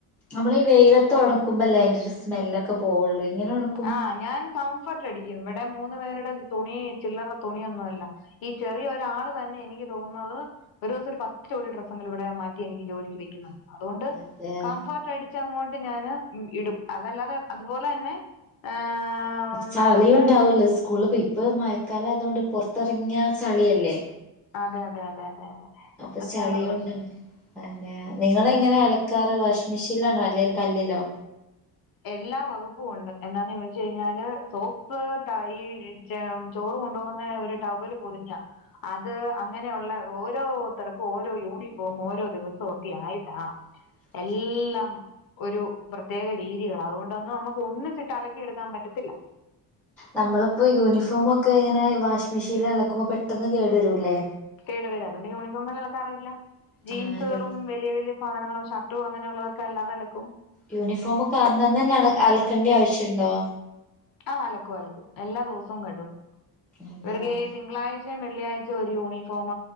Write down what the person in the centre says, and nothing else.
നമ്മൾ ഈ വെയിലത്ത്- ഉണക്കുമ്പ അല്ല അയിന്റെ ഒരു- സ്മെല്ലൊക്കെ പോവുള്ളൂ ഇങ്ങനെ ഉണ-
അതെയോ
ചളിയുണ്ടാവല്ലോ,
സ്കൂള് ഇ, ഇപ്പ മയക്കാലം ആയതോണ്ട്- പൊറത്തിറങ്ങിയ ചളിയല്ലേ?
അപ്പൊ
ചളിയുണ്ടാവ
അതെ നിങ്ങളെങ്ങനെ- അലക്കാർ വാഷിംഗ്‌- മെഷീനിലാണോ? അല്ലെങ്കിൽ കല്ലിലോ?
<inaudible>
നമ്മളിപ്പോ യൂണിഫോമൊക്കെ- ഇങ്ങനെ വാഷിംഗ് മെഷീനിൽ- അലക്കുമ്പോൾ പെട്ടെന്ന് കേടു- വരുല്ലേ?
ആഹ് യൂണി
യൂണിഫോമ് ഒക്കെ അന്നന്നെ- തന്നെ അലക്കേണ്ട- ആവശ്യണ്ടോ?
അതെയോ